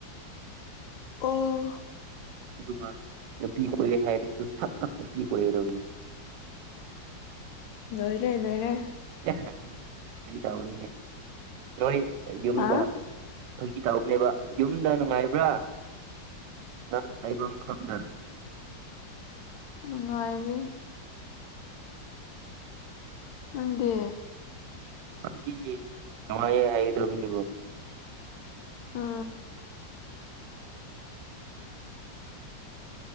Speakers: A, on the left; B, on the right.
A: ꯑꯣ
B: ꯑꯗꯨꯒ ꯅꯨꯄꯤ ꯀꯣꯏꯔꯦ ꯍꯥꯏꯔꯁꯨ ꯁꯠ ꯁꯠ ꯅꯨꯄꯤ ꯀꯣꯏꯒꯗꯕꯅꯤ
A: ꯅꯣꯏꯔꯦ ꯂꯣꯏꯔꯦ
B: ꯐꯥꯒꯤ ꯇꯧꯕꯅꯤ ꯅꯣꯏ ꯌꯨꯝꯗ
A: ꯍꯥ
B: ꯑꯩꯈꯣꯏꯒꯤ ꯇꯔꯞꯅꯦꯕ ꯌꯨꯝꯗ ꯅꯨꯡꯉꯥꯏꯕ꯭ꯔꯥ ꯪ ꯍꯥꯏꯕꯅ
A: ꯎꯉꯥꯏꯔꯤ ꯅꯪꯗꯦ
B: ꯗꯤ ꯅꯉꯦ ꯍꯥꯏꯒꯗꯕꯅꯤꯕꯨ
A: ꯑ